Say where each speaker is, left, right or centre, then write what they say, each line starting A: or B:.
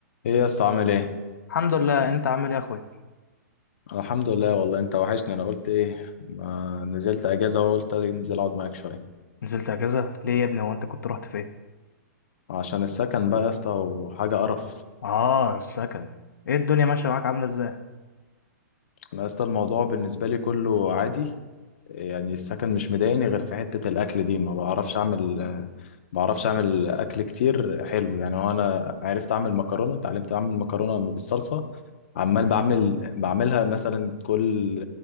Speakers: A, on the left; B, on the left.
A: ايه يا اسطى عامل ايه
B: الحمد لله انت عامل ايه يا اخوي
A: الحمد لله والله انت وحشني انا قلت ايه ما نزلت اجازه وقلت انزل اقعد معاك شويه
B: نزلت اجازه ليه يا ابني هو انت كنت رحت فين
A: عشان السكن بقى يا اسطى وحاجه قرف
B: اه السكن ايه الدنيا ماشيه معاك عامله ازاي
A: انا يا اسطى الموضوع بالنسبه لي كله عادي يعني السكن مش مضايقني غير في حته الاكل دي ما بعرفش اعمل ما بعرفش اعمل اكل كتير حلو يعني هو انا عرفت اعمل مكرونه اتعلمت اعمل مكرونه بالصلصه عمال
B: مم.
A: بعمل بعملها مثلا كل